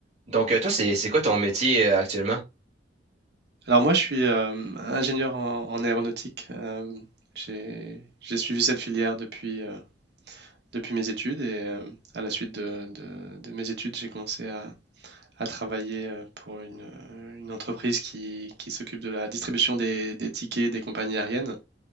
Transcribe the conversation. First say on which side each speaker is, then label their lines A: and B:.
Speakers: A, on the right; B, on the right.
A: Donc, euh, toi, c'est c'est quoi ton métier euh, actuellement?
B: Alors moi, je suis euh, ingénieur en, en aéronautique. euh, j'ai, j'ai suivi cette filière depuis, euh, depuis mes études et euh, à la suite de, de- de mes études, j'ai commencé à, à travailler euh, pour une, euh, une entreprise qui, qui s'occupe de la distribution des, des tickets des compagnies aériennes